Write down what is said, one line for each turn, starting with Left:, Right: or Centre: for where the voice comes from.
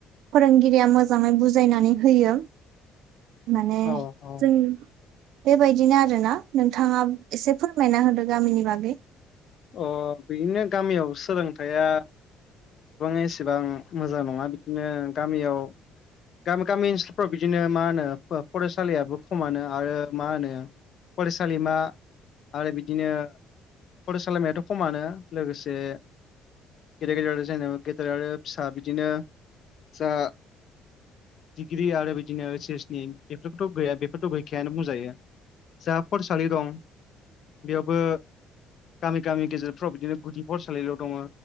Right: फोरोंगिरिया मोजाङै बुजायनानै होयो। माने-
Left: औ औ
Right: जों बेबायदिनो आरोना नोंथाङा एसे फोरमायना होदो गामिनि बागै
Left: अ बिदिनो गामियाव सोलोंथाइया एसेबां मोजां नङा बिदिनो गामियाव गामि -गामि ओनसोलफ्राव बिदिनो मा होनो फरायसालियाबो खमानो आरो मा होनो फरायसालिमा आरो बिदिनो - फरायसालिमायाथ' खमानो लोगोसे गेदेर गेदेर आरो जेबाना गेदेर आरो फिसा बिदिनो जा- दिडिग्रि आरो बिदिनो ओइस एस नि बेफोरखौथ' गैया बेफोरथ' गैखायानो बुंजायो। जा फरायसालि दं बेयावबो गामि गामि गेजेरफ्राव बिदिनो गुदि फरायसालिल' दङ।